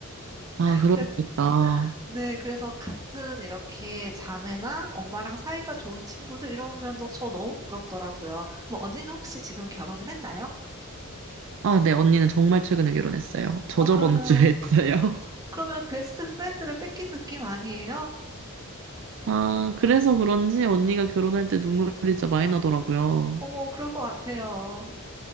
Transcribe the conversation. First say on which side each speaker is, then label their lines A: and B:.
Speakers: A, on the right (about 60°); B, on the right (about 15°).
A: 아, 그러겠다.
B: 그래서, 네, 그래서 같은 이렇게 자매나 엄마랑 사이가 좋은 친구들 이러면 너- 저 너무 부럽더라고요. 뭐, 언니는 혹시 지금 결혼을 했나요?
A: 아, 네, 언니는 정말 최근에 결혼했어요. 저
B: 아,
A: 저번
B: 그러면,
A: 주에 했어요. <laughs>
B: 그러면 베스트 프렌드를 뺏긴 느낌 아니에요?
A: 아, 그래서 그런지 언니가 결혼할 때 눈물이 진짜 많이 나더라고요.
B: 어머, 그럴 것 같아요.